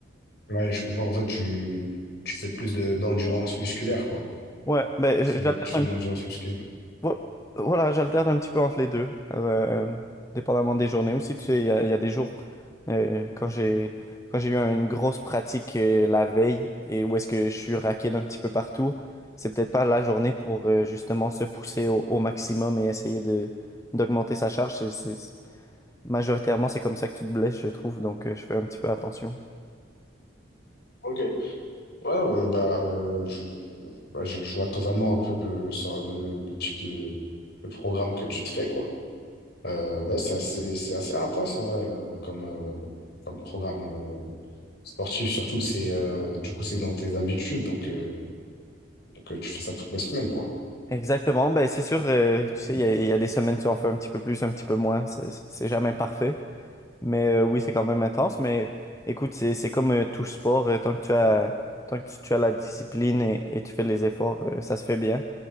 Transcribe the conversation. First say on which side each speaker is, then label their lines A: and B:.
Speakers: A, on the left; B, on the left.
A: ouais, je comprends. En fait, tu, tu fais plus de, d'endurance musculaire, quoi.
B: Ouais, ben,
A: Tu
B: je-
A: fais de
B: j'alterne
A: l'en- tu fais de l'endurance musculaire.
B: Vo- Voilà, j'alterne un petit peu entre les deux, euh, dépendamment des journées. Aussi, tu sais, il y a, il y a des jours euh, quand j'ai quand j'ai eu une grosse pratique euh, la veille et où est-ce que je suis raqué d'un petit peu partout, c'est peut-être pas la journée pour euh, justement se pousser au, au maximum et essayer de d'augmenter sa charge. C'est, c'est- majoritairement, c'est comme ça que tu te blesses, je trouve, donc euh, je fais un petit peu attention.
A: Ok. Ouais, euh, bah, euh, je, bah, je, je vois totalement un peu le, le, sor- le, le type de, de programme que tu te fais, quoi. Euh, bah, c'est assez, c'est assez intense, en vrai, euh, comme, euh, comme programme euh, sportif, surtout que c'est, euh, du coup, c'est dans tes habitudes, donc, euh, donc euh, tu fais ça toutes les semaines, quoi.
B: Exactement, ben c'est sûr, euh, tu sais, il y a, il y a des semaines tu en fais un petit peu plus, un petit peu moins, c'est c'est- c'est jamais parfait. Mais euh, oui, c'est quand même intense. Mais écoute, c'est c'est comme euh, tout sport. euh, tant que tu as, tant que tu, tu as la discipline et, et tu fais les efforts, euh, ça se fait bien.